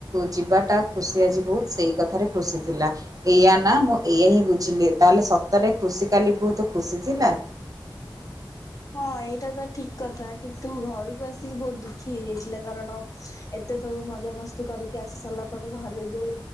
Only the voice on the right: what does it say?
ଯିବାଟା ଖୁସି ଆଜି ବହୁତ୍ ସେଇ କଥାରେ ଖୁସି ଥିଲା ଏଇଆ ନା ମୁଁ ଏଇଆ ହିଁ ବୁଝିଲି ତାହେଲେ ସତରେ ଖୁସି କାଲି ବହୁତ୍ ଖୁସି ଥିଲା?